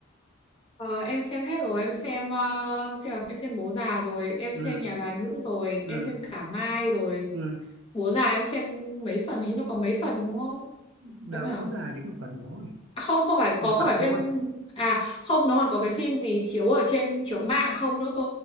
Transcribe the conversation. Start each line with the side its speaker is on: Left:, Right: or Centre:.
Left: Ờ, em xem hết rồi, em xem ờ, xem em xem Bố già rồi, em
Right: ừ
Left: xem Nhà bà nữ rồi,
Right: ừ
Left: em xem Cả Mai rồi.
Right: ừ
Left: Bố già em xem mấy phần hình như nó có mấy phần đúng không?
Right: đâu
Left: Đúng nhỉ?
Right: có dài những cái phần thôi
Left: À, không không phải
Right: một
Left: có không
Right: tập
Left: phải
Right: thôi
Left: phim à không nó còn có cái phim gì chiếu ở trên chiếu mạng không nữa cơ.